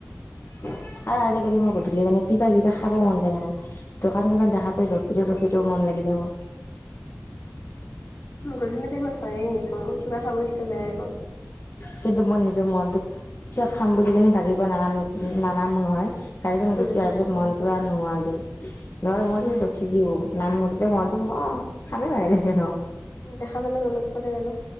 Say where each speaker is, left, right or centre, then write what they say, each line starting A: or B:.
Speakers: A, on the left (about 55°); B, on the left (about 80°).
A: আৰু আজিকালি মই গধূলি মানে কিবা কিবা খাবা মন যায় জানা নে ত' দোকানকিটা দেখা পাই ৰখি দিওঁ, ৰখি দিওঁ মন লাগি যায় মোৰ।
B: গধূলি টাইমত হয়ে এইটো কিবা খাব ইচ্ছা যায় আৰু।
A: কিন্তু মই নিজৰ মনটোক পিছত খাম বুলি কিনে গাড়ীৰ পৰা নানা-নানামো নহয়। গাড়ীখন
B: উম,
A: গুচি আহাৰ পিছত মনপোৰা নোহোৱা হৈ যায়। <unintelligible> মই
B: হুম,
A: যদি ৰখি দিওঁ নামো, তেতিয়া মই টো মই খামে <unintelligible>
B: দেখা পালে মনত পৰে আৰু।